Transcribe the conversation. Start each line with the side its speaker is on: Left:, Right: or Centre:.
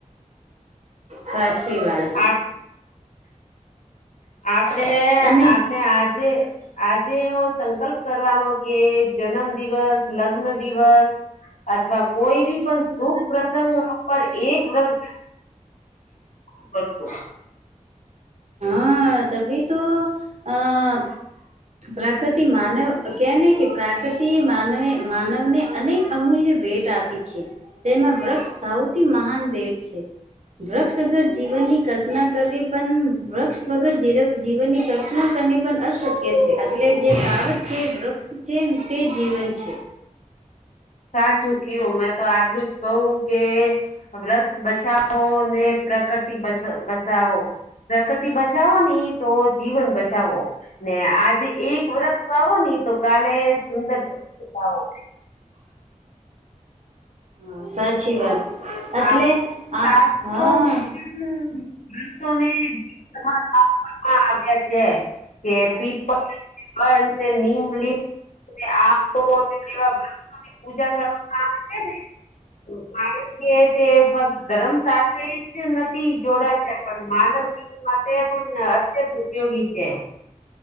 Right: સાચી વાત
Left: આપ આપણે
Right: અને
Left: આપણે આજે આજે એવો સંકલ્પ કરવાનો કે જન્મ દિવસ, લગ્ન દિવસ અથવા કોઈ બી પણ શુભ પ્રસંગ પર એક વ્રત કરશું
Right: હા તભી તો આ પ્રકૃતિ માનવ કેને કે પ્રકૃતિ એ માન માનવને અનેક અમૂલ્ય ભેટ આપી છે તેમાં વૃક્ષ સૌથી મહાન ભેટ છે. વૃક્ષ અગર જીવનની કલ્પના કરવી પણ વૃક્ષ વગર જીવન જીવનની કલ્પના કરની પણ અશક્ય છે એટલે જે કાવત છે વૃક્ષ જે તે જીવન છે.
Left: સાચું કયું મેં તો આટલું જ કહું કે વૃક્ષ બચાવો ને પ્રકૃતિ બચાવો પ્રકૃતિ બચાવો ની તો જીવન બચાવો ને આજે એક વર્ષ વાવો ની તો કાલે સુંદર વાવો
Right: હા સાચી વાત એટલે
Left: આ
Right: આ
Left: શાસ્ત્રોમાં
Right: હા
Left: પણ વૃક્ષોને તમારા કવામાં આવ્યા છે કે પીપલ પણ <unintelligible> પૂજા કરવામાં આવે છે ને કે તે ફક્ત ધર્મ સાથે જ નથી જોડાણ ને પણ માનવી માટે પણ અત્યંત ઉપયોગી છે.